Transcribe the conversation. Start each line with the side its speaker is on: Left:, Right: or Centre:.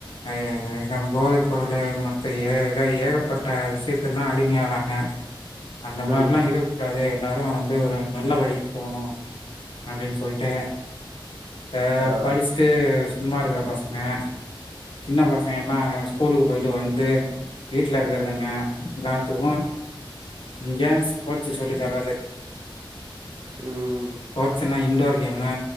Left: ஏ எது போதை பொருளு மத்த ஏக ஏகப்பட்ட விஷயதெல்லா அடிமையாகறாங்க அந்த மார்லா
Right: ம்
Left: இருக்கூடாது எல்லாரு வந்து ஒரு நல்ல வழிக்கு போனு அப்டின் சொல்ட்டு அ
Right: ஆ
Left: படுச்ட்டு சும்மா இருக்கற பசங்க சின்ன பசங்கெல்லா ஸ்கூலுக்கு போய்ட்டு வந்ட்டு வீட்ல இருக்கறதுங்க எல்லாதுக்கு இங்க கோச்சு சொல்லி தர்ரது
Right: ம்
Left: கோச்சுன்னா இன்டோர் கேமு,